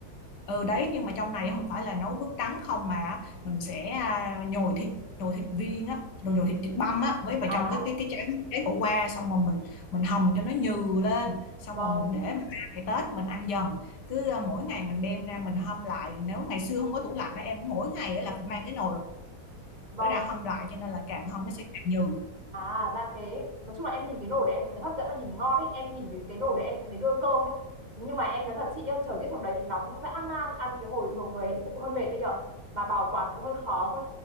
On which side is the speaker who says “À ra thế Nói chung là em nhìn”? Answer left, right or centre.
Right